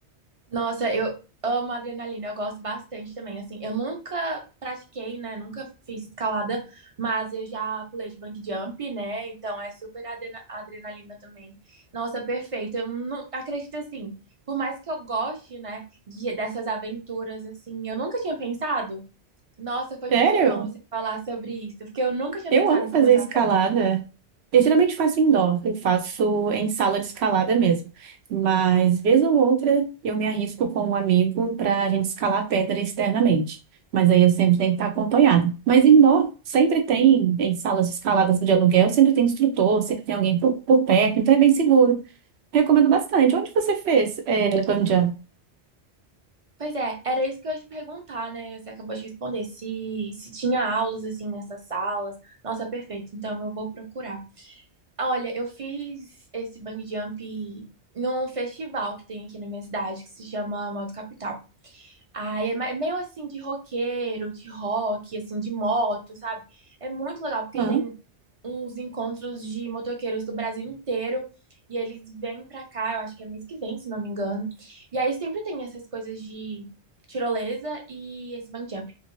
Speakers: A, on the right; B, on the right.
A: Nossa, eu amo adrenalina, eu gosto bastante também. Assim, eu nunca pratiquei, né? Nunca fiz escalada, mas eu já pulei de bungee jump, né? Então é super adrena- adrenalina também. Nossa, perfeito. Eu não acredito assim, por mais que eu goste, né, de, dessas aventuras, assim, eu nunca tinha pensado. Nossa, foi
B: Sério?
A: muito bom você falar sobre isso, porque eu nunca tinha
B: Eu
A: pensado
B: amo
A: em
B: fazer
A: começar
B: escalada.
A: a fazer.
B: Eu geralmente faço indoor, eu faço em sala de escalada mesmo. Mas, vez ou outra, eu me arrisco com um amigo para a gente escalar a pedra externamente. Mas aí eu sempre tenho que estar acompanhada. Mas indoor, sempre tem, em salas de escaladas de aluguel, sempre tem instrutor, sempre tem alguém por, por perto, então é bem seguro. Recomendo bastante. Onde você fez, é, bungee jump?
A: Pois é, era isso que eu ia te perguntar, né? Você acabou de responder. Se, se tinha aulas assim nessas salas. Nossa, perfeito. Então eu vou procurar. Ah, Olha, eu fiz esse bungee jump num festival que tem aqui na minha cidade que se chama Moto Capital. Ai, é ma- é meio assim de roqueiro, de rock, assim, de moto, sabe? É muito legal, porque
B: Ah,
A: tem uns encontros de motoqueiros do Brasil inteiro e eles vêm pra cá, eu acho que é mês que vem, se não me engano. E aí sempre tem essas coisas de tirolesa e esse bungee jump.